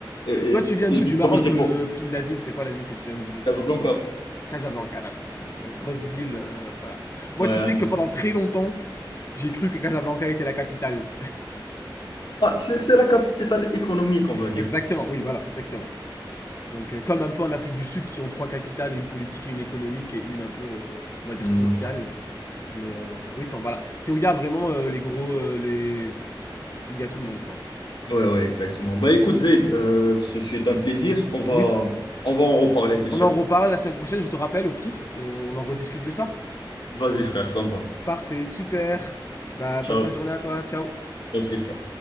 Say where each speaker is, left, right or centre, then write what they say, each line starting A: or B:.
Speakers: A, on the left; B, on the left.
A: Et,
B: Toi,
A: et-
B: tu viens d'où
A: et je vais
B: Du Maroc,
A: profiter
B: euh,
A: pour...
B: pile la ville. C'est quoi la ville que tu viens d'où
A: C'est Casablanca.
B: tu viens du Maroc Casablanca, d'accord. Donc, euh, grosse ville, euh, voilà. Moi,
A: Ouais,
B: tu
A: un
B: sais
A: des-
B: que pendant très longtemps, j'ai cru que Casablanca était la capitale.
A: Ah, c'est c'est la capitale économique,
B: <laughs>
A: on va dire.
B: exactement, oui, voilà, exactement. Donc, euh, comme un peu en Afrique du Sud, qui ont trois capitales, une politique et une économique, et une un peu, euh, on va dire,
A: Hmm.
B: sociale. Mais euh, oui, c'est- voilà. C'est où il y a vraiment euh, les gros, euh, les... où il y a tout le monde, quoi.
A: Ouais, ouais, ouais, exactement. Bah écoute, Zaid, euh, ce fut un plaisir. On va,
B: Oui,
A: on va en reparler, c'est
B: on
A: sûr.
B: en reparle la semaine prochaine, je te rappelle, au pire, et on, on en rediscute de ça.
A: Vas-y, frère, ça me va.
B: Parfait, super. Bah,
A: Ciao.
B: bonne fin de journée à toi, ciao.
A: Toi aussi, frère.